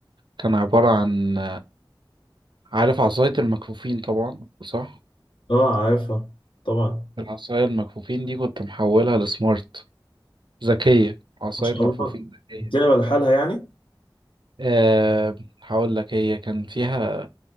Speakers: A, on the right; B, on the left.
A: كان عبارة عن عارف عصاية المكفوفين طبعا صح
B: اه عارفها طبعا
A: العصاية المكفوفين دي كنت محولها لسمارت ذكية عصاية
B: ما شاء
A: مكفوفين
B: الله
A: ذكية
B: بتلعب لحالها يعني
A: أه هقول لك هي كان فيها